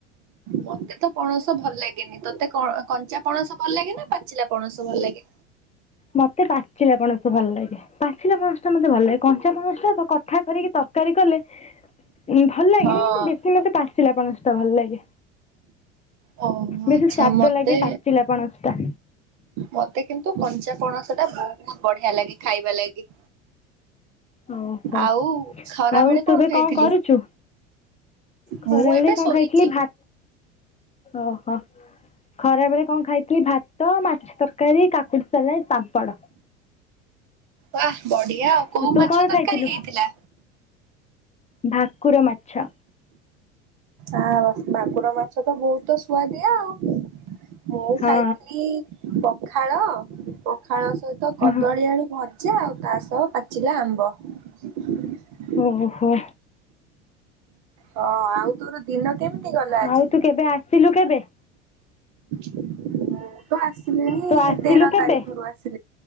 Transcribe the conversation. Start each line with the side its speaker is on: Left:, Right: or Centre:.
Right: ମତେ ତ ପଣସ ଭଲ ଲାଗେନି ତୋତେ କଣ କଞ୍ଚା ପଣସ ଭଲ ଲାଗେ ନା ପାଚିଲା ପଣସ ଭଲ ଲାଗେ।
Left: ମତେ ପାଚିଲା ପଣସ ଭଲ ଲାଗେ। ପାଚିଲା ପଣସ ଟା ମତେ ଭଲ ଲାଗେ, କଞ୍ଚା ପଣସ ଟା କଠା କରିକି ତରକାରୀ କଲେ ଉଁ ଭଲ ଲାଗେ
Right: ହଁ
Left: କିନ୍ତୁ ବେଶୀ ମତେ ପାଚିଲା ପଣସଟା ଭଲ ଲାଗେ।
Right: ଓହୋ
Left: ବେଶୀ
Right: ଆଚ୍ଛା
Left: ସ୍ଵାଦ
Right: ମତେ
Left: ଲାଗେ ପାଚିଲା ପଣସ ଟା।
Right: ମତେ କିନ୍ତୁ କଞ୍ଚା ପଣସ ଟା ବହୁତ ବଢିଆ ଲାଗେ ଖାଇବା ଲାଗି।
Left: ଓହୋ
Right: ଆଉ ଖରା
Left: ଆଉ
Right: ବେଳେ
Left: ତୁ ଏବେ
Right: ଖାଇଥିଲୁ?
Left: କଣ କରୁଛୁ? ଖରା
Right: ମୁଁ
Left: ବେଳେ
Right: ଏବେ
Left: କଣ
Right: ଶୋଇଛି।
Left: ଖାଇଥିଲି ଭା ଓହୋ ଖରା ବେଳେ କଣ ଖାଇଥିଲି ଭାତ ମାଛ ତର କାରି କାକୁଡି, ସାଲାଡ଼୍, ପାମ୍ପଡ଼।
Right: ୱା ବଢିଆ ଆଉ।
Left: ଆଉ
Right: କୋଉ
Left: ତୁ
Right: ମାଛ
Left: କଣ
Right: ତରକାରୀ
Left: ଖାଇଥିଲୁ?
Right: ହେଇଥିଲା?
Left: ଭାକୁର ମାଛ।
Right: ଆ ବାସ୍ ଭାକୁର ମାଛ ତ ବହୁତ ସୁଆଦିଆ ଆଉ। ମୁଁ
Left: ହଁ
Right: ଖାଇଥିଲି ପଖାଳ ପଖାଳ ସହିତ
Left: ହଁ।
Right: କଦଳୀ ଆଳୁ ଭ ଜା ଆଉ ତା ସହ ପାଚିଲା ଆମ୍ବ। <inaudible>
Left: ଓ ହୋ।
Right: ହଁ ଆଉ ତୋର ଦିନ କେମିତି? ଗଲା ଆଜି?
Left: ଆଉ ତୁ କେବେ ଆସିଲୁ କେବେ?
Right: ମୁଁ ତ ଆସିଲିଣି
Left: ତୁ ଆସିଲୁ
Right: ତେର
Left: କେବେ?
Right: ତାରିଖରୁୁ ଆସି